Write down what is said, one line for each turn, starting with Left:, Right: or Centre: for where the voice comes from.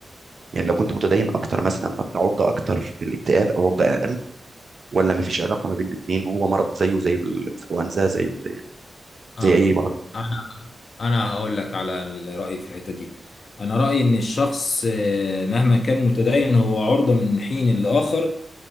Right: يعني لو كنت متدين
Left: مم.
Right: اكتر مثلا فانت عرضه اكتر للاكتئاب او عرضه اقل ولا مفيش علاقه ما بين الاثنين وهو مرض زيه زي الانفلونزا زيه زي
Left: اه
Right: زي اي مرض
Left: انا انا هقول لك على ال- رأيي في الحتة دي انا رأيي ان الشخص آه، مهما كان متدين هو عرضة من حين لآخر